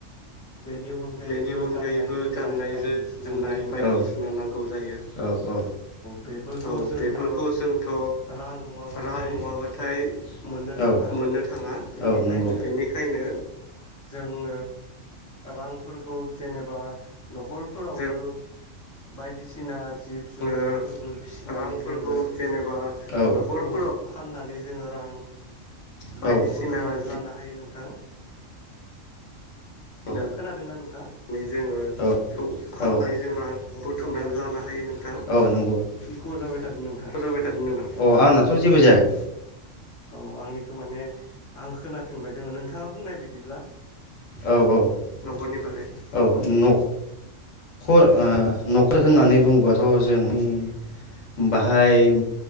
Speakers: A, on the left; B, on the left.
A: बेनि अनगायैबो
B: बेनि अनगायैबो
A: गाननाय जोमनाय
B: गाननाय
A: बायदिसिना
B: ज जोमनाय
A: नांगौ
B: बायदिसिना
A: जायो
B: नांगौ जायो औ- औ
A: बेफोरखौ
B: -औ-
A: जोंथ'
B: बेफोरखौ जोंथ'
A: रां नङाबाथाय
B: रां नङाबा। जाय।
A: मोननो थाङा
B: औ मोननो थाङा औ
A: बेनिखायनो
B: नंगौ बेनिखायनो।
A: जोङो रां। फोरखौ जेनेबा। न'खरफोरावनो
B: जों
A: बायदिसिना जिब
B: ङो
A: जुनारफोरबो फिसिनानै
B: रांफोरखौ
A: जोङो
B: जेनेबा
A: बेफोरखौ
B: न'खरफोरावनो
A: फाननानै जोङो रां
B: बायदिसिना
A: बुथुमनानै
B: जि
A: लानो हायो नों। नोंथां।
B: जोङो
A: खोनादोंना नोंथाङा
B: बेनानै जों रां
A: औ
B: बुथुमनानै
A: माबा
B: लानो
A: एसे
B: हायो नोंथां औ नंगौ जाबाय
A: इक' थादों नोंथां
B: थादों नों अ आंनाथ' जेबो जायाखै।
A: औ आंनिखौ माने आं खोनाफिनबाय दोङो नोंथाङा बुंनाय बिदिब्ला।
B: औ- औ- नखरनि बागै औ न'। न न'खर ओ न'खर होननानै बुोब्लाथ' जों बाहाय।